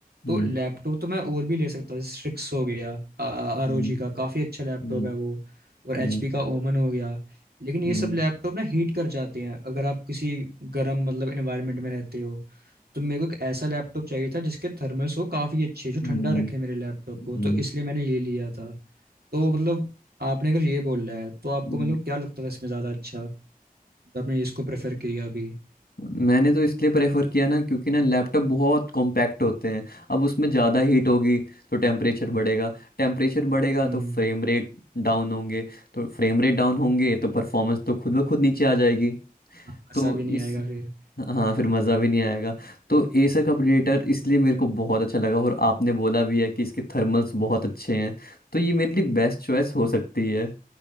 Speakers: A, on the left; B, on the right.
A: हम्म,
B: तो लैपटॉप तो मैं और भी ले सकता हूँ जैसे स्ट्रिक्स हो गया आर
A: हम्म,
B: ओ जी का काफ़ी अच्छा लैपटॉप
A: हम्म,
B: है वो और
A: हम्म,
B: एच पी का ओमन हो गया लेकिन ये
A: हम्म,
B: सब लैपटॉप ना हीट कर जाते हैं अगर आप किसी गर्म मतलब इन्वायरमेंट में रहते हो तो मेरे को एक ऐसा लैपटॉप चाहिए था जिसके थर्मल्स हो काफ़ी अच्छे जो
A: हम्म,
B: ठंडा
A: हम्म,
B: रखे मेरे लैपटॉप को
A: हम्म,
B: तो इसलिए मैंने ये लिया था तो मतलब आपने अगर ये बोला है तो आपको
A: हम्म।
B: मतलब क्या लगता था इसमें ज़्यादा अच्छा तो आपने इसको प्रेफर किया अभी
A: मैंने तो इसलिए प्रेफर किया ना क्योंकि ना लैपटॉप बहुत कॉम्पैक्ट होते हैं अब उसमें ज़्यादा हीट होगी तो टेम्परेचर बढ़ेगा टेम्परेचर बढ़ेगा
B: हम्म
A: तो फ्रेम रेट डाउन होंगे तो फ्रेम रेट डाउन होंगे तो परफॉर्मेंस तो खुद ब खुद नीचे आ जाएगी
B: हाँ, मज़ा
A: तो
B: भी नहीं
A: इस
B: आएगा फिर
A: हाँ फिर मज़ा भी नहीं आएगा तो एसर का प्रेडेटर इसलिए मेरे को बहुत अच्छा लगा और आपने बोला भी है कि इसके थर्मल्स बहुत अच्छे हैं तो ये मेरे लिए बेस्ट चॉइस हो सकती है